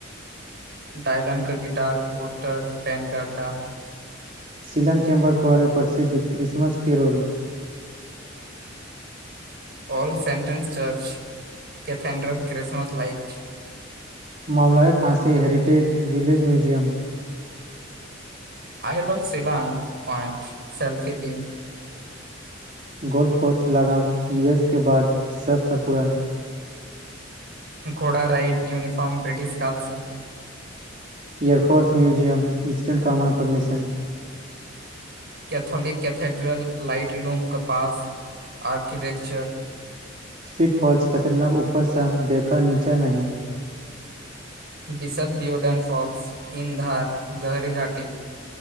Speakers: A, on the right; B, on the right.
A: डायलन क गिटार पोस्टर फैन क अड्डा
B: शिलंग चेम्बर कुआरमे प्रसिद्ध क्रिसमस के role
A: <inaudible> all sentence church cathedral Christmas light
B: मौलाया Khasi heritage village museum
A: I love सिल् पॉन्टल्फी व्यू
B: गोल्फ कोर्स लगाम यूएस के बाद सबसँ पूुरान
A: घोड़ा राइट यूनिफारर््म ब्रिटिश कालस
B: air force museum instant कमं् permission
A: Catholic cathedral light loom कपास आर्किटेकचर
B: स्वीटफॉल्स खतरनाक ऊपरसँ देखा नीचा नं
A: बिशप बायोडन फॉल्स तीन धार गहरी घाटी